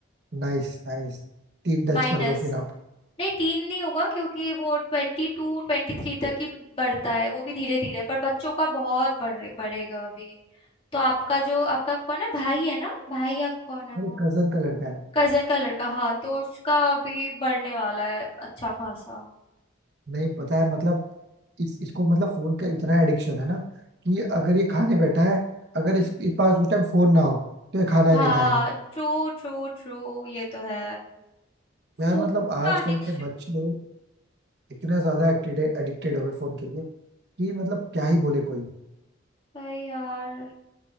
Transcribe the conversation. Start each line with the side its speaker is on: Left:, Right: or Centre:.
Right: Nice nice तीन टच
Left: माइनस
Right: कर लो फिर आप
Left: नहीं तीन नहीं होगा क्योंकि वो ट्वेंटी टू ट्वेंटी थ्री तक ही बढ़ता है वो भी धीरे धीरे पर बच्चों का बहुत बढ़े बढ़ेगा अभी तो आपका जो आपका कौन है भाई है ना भाई या कौन है वो
Right: मेरे कजन का लड़का है
Left: कजन का लड़का हाँ तो उसका अभी बढ़ने वाला है अच्छा खासा
Right: नहीं पता है मतलब इस, इसको मतलब फोन का इतना एडिक्शन है ना कि अगर ये खाने बैठा है अगर
Left: हम्म।
Right: इस, इस पास उस टाइम फोन ना हो तो ये खाना
Left: भा
Right: ही नहीं खाएगा
Left: ट्रू ट्रू ट्रू ये तो है
Right: यार
Left: फोन
Right: मतलब आजकल
Left: का एडिक्शन
Right: के बच्चे लोग इतना ज्यादा एडिक्टेड हो गए फोन के लिए कि मतलब क्या ही बोले कोई
Left: भाई यार